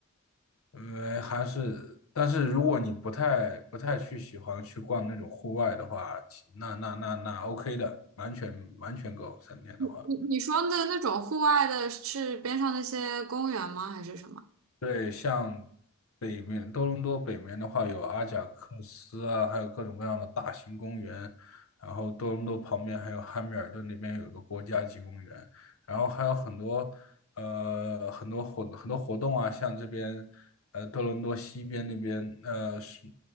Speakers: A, on the left; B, on the right.
A: 因为还是，但是如果你不太不太去喜欢去逛那种户外的话，其那那那那 OK 的，完全完全够三天的话。
B: 你你说的那种户外的是边上那些公园吗？还是什么？
A: 对，像北面多伦多北面的话，有阿贾克斯啊，还有各种各样的大型公园。然后多伦多旁边还有汉密尔顿那边有个国家级公园，然后还有很多呃很多活很多活动啊，像这边呃多伦多西边那边呃是